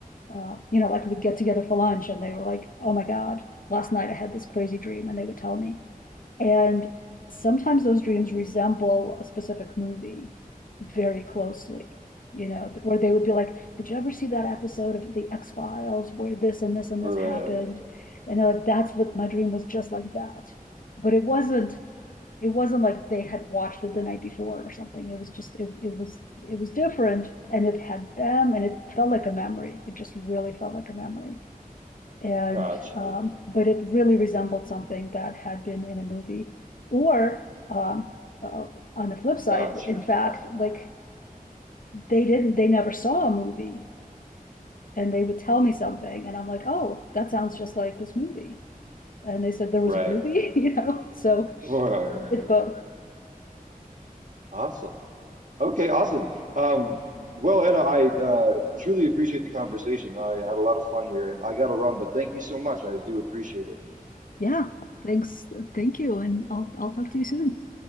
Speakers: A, on the left; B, on the right.
A: uh, you know, like we'd get together for lunch and they were like, "Oh my God, last night I had this crazy dream," and they would tell me, and sometimes those dreams resemble a specific movie very closely, you know, where they would be like, Did you ever see that episode of The X Files where this and this
B: Or
A: and this happened?
B: uh,
A: And they're like, That's what my dream was just like that. But it wasn't. It wasn't like they had watched it the night before or something. It was just it, it was it was different and it had them and it felt like a memory. It just really felt like a memory. And,
B: gotcha,
A: um, but it really resembled something that had been in a movie. Or, um, uh, on the flip side,
B: gotcha,
A: in fact,
B: gotcha.
A: like they didn't, they never saw a movie and they would tell me something and I'm like, oh, that sounds just like this movie. And they said there
B: Right.
A: was a movie, <laughs> you know, so
B: All right, right,
A: it's both.
B: right, right, right. Awesome. Okay, awesome. Um, well, Anna, I uh, truly appreciate the conversation. I had a lot of fun here, and I got to run, but thank you so much. I do appreciate it.
A: Yeah, thanks. Thank you. And I'll, I'll talk to you soon.